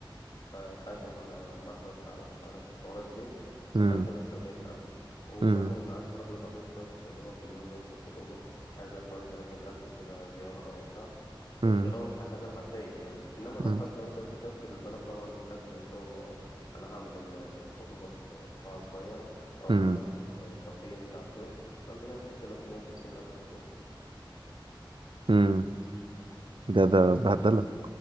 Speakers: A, on the left; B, on the right.
A: خ- خاتم على محبس على مش عارف الحوارات دي
B: مم،
A: هتعدي لك سبعين ألف وبعدين
B: مم،
A: عايز تروح لخطيبتك اللي هو في اليوم نفس الخطوبة عايز لك حوالي تلاتين ألف كده زيارة وبتاع ده,
B: مم،
A: ده لو أنت هتعملها هتضايق يعني إنما لو
B: مم،
A: حد مثلا بيفكر البنات طبعا بتحب شغل آه، أنا هعمل ال- الخطوبة في قاعة صغيرة أو
B: مم،
A: هعملها في كافيه مش عارف إيه فأنت كده تخش لك مية وخمسين ألف خطوبة
B: مم. ده ده بهدلة